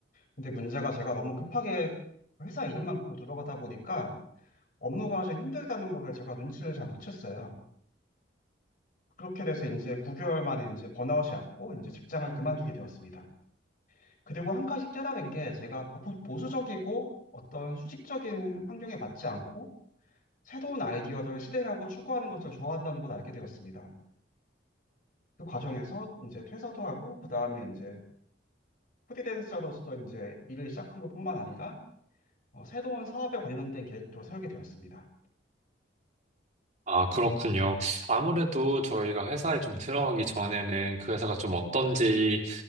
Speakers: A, on the left; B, on the right.
A: 근데 문제가 제가 너무 급하게 회사 이름만 보고 들어가다 보니까 업무가 좀 힘들다는 거를 제가 눈치를 잘 못 챘어요. 그렇게 돼서 이제 9개월 만에 이제 번아웃이 왔고 이제 직장을 그만두게 되었습니다. 그리고 한 가지 깨달은 게 제가 보- 보수적이고 어떤 수직적인 환경에 맞지 않고 새로운 아이디어를 실행하고 추구하는 것을 좋아한다는 걸 알게 되었습니다. 그 과정에서 이제 퇴사도 하고 그 다음에 이제 프리랜서로서 이제 일을 시작한 것뿐만 아니라 어, 새로운 사업에 관련된 계획도 세우게 되었습니다.
B: 아, 그렇군요. 아무래도 저희가 회사에 좀 들어가기 전에는 그 회사가 좀 어떤지